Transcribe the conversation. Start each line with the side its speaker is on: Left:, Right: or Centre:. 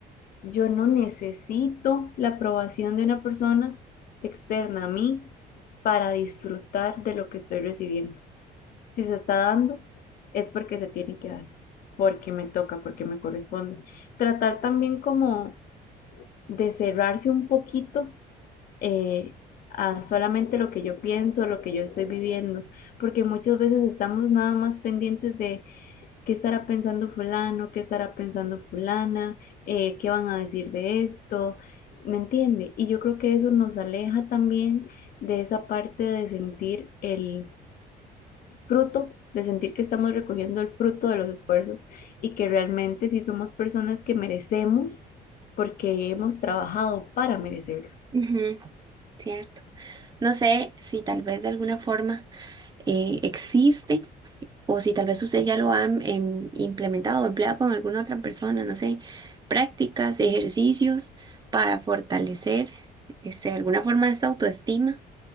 Left: yo no necesito la aprobación de una persona externa a mí para disfrutar de lo que estoy recibiendo. Si se está dando, es porque se tiene que dar, porque me toca, porque me corresponde. Tratar también como de cerrarse un poquito eh, a solamente lo que yo pienso, lo que yo estoy viviendo, porque muchas veces estamos nada más pendientes de qué estará pensando fulano, qué estará pensando fulana, eh, qué van a decir de esto, ¿me entiende? Y yo creo que eso nos aleja también de esa parte de sentir el fruto, de sentir que estamos recogiendo el fruto de los esfuerzos y que realmente sí somos personas que merecemos porque hemos trabajado para merecerlo.
Right: Ujú, cierto. No sé si tal vez de alguna forma eh, existe. O si tal vez usted ya lo ha em, em, implementado o empleado con alguna otra persona, no sé, prácticas, ejercicios para fortalecer este, alguna forma de esta autoestima,